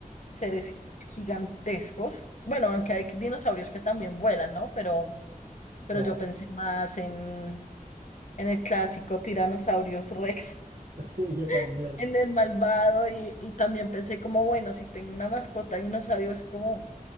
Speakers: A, on the left; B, on the right.
A: seres gigantescos. Bueno, aunque hay dinosaurios que también vuelan, ¿no? Pero pero
B: Claro.
A: yo pensé más en, en el clásico Tiranosaurios Rex,
B: Sí, yo también.
A: <laughs> en el malvado y, y también pensé como, bueno, si tengo una mascota dinosaurio es como,